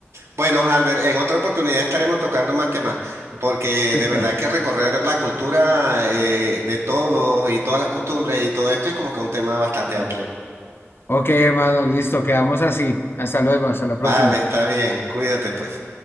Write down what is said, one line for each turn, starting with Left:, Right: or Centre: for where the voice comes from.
Right: Bueno, Albert, en otra oportunidad estaremos tocando más temas, porque
Left: Listo.
Right: de verdad que recorrer la cultura eh, de todos y todas las costumbres y todo esto es como que un tema bastante amplio.
Left: Ok, hermano, listo, quedamos así, hasta luego, hasta la próxima.
Right: Vale, está bien, cuídate pues.